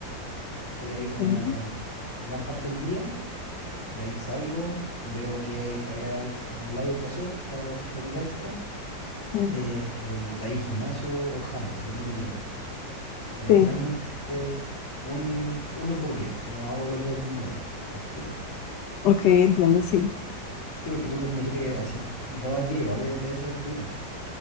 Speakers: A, on the left (about 45°); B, on the left (about 75°).
A: estoy ahí como
B: Mm,
A: gran parte del día, de ahí salgo, veo que hay tarea ahí en Outlier para hacer, para un platita extra,
B: mm,
A: eh, eh, de ahí gimnasio o handball, depende del día. Pero
B: Sí,
A: generalmente eh, un, uno por día, no hago los dos el mismo día, ¿me explico?
B: ok, entiendo, sí.
A: Sí, porque tú me me dijiste que así dos al día igual eh, debe ser duro.